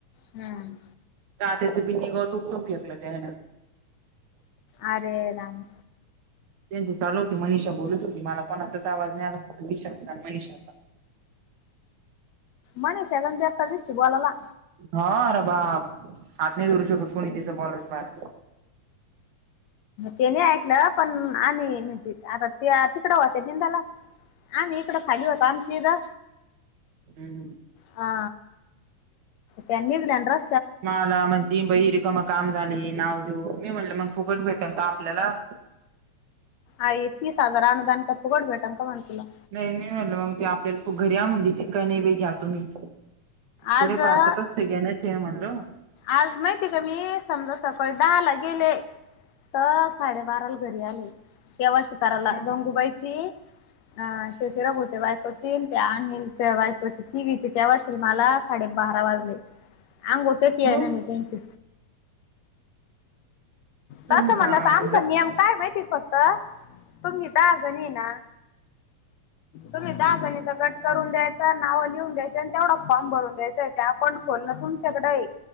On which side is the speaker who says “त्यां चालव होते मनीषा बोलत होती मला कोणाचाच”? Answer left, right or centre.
Right